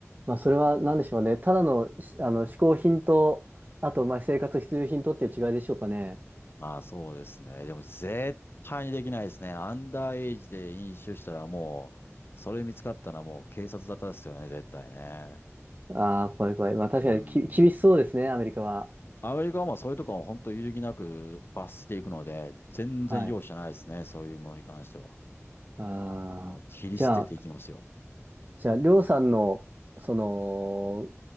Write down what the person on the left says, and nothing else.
まあそうですね。でも絶対にできないですね。アンダーエイジで飲酒したらもう、それ見つかったらもう警察沙汰ですよね、絶対ね。
うん。
アメリカはまあそういうとこは本当揺るぎなく罰していくので、全然容赦ないですね、
そういうものに関しては。
まあ切り捨てていきますよ。